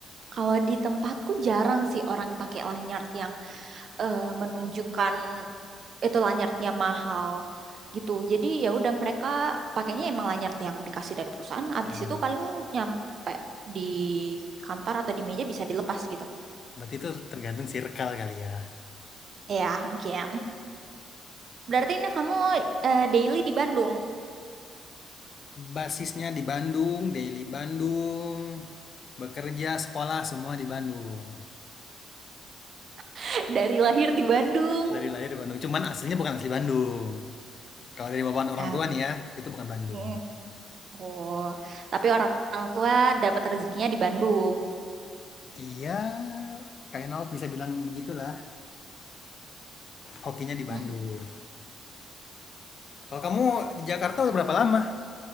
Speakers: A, on the right; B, on the left.
A: Kalau di tempatku jarang sih orang pakai lanyard yang eh, menunjukkan itu lanyardnya mahal gitu. Jadi ya udah mereka pakainya emang lanyard yang dikasih dari perusahaan. Abis
B: Em,
A: itu paling nyampe di kantor atau di meja bisa dilepas gitu.
B: berarti itu tergantung circle kali ya
A: Ya mungkin. Berarti ini kamu eh, daily di Bandung,
B: Basisnya di Bandung, daily Bandung, bekerja, sekolah semua di Bandung.
A: <laughs> dari lahir di Bandung.
B: dari lahir di Bandung cuman aslinya bukan asli Bandung Kalau dari bawaan orang
A: Ya.
B: tua nih ya, itu bukan Bandung.
A: mm. Oh, tapi orang orang tua dapat rezekinya di Bandung.
B: iya kayaknya bisa bilang begitulah hokinya di Bandung
A: Mm.
B: Kalau kamu di Jakarta udah berapa lama?